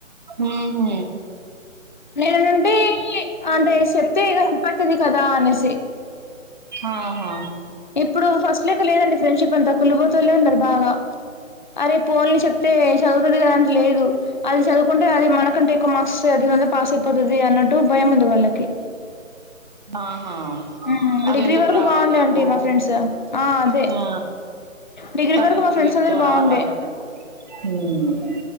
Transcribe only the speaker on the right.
ఊహు
ఆహా
ఆహా
అది
ఎందుకు
రావాలి
ఎక్కు
ఆ
తను
ఎందుకు
ఎక్కువ
రావాలి అన్నట్టు ఉమ్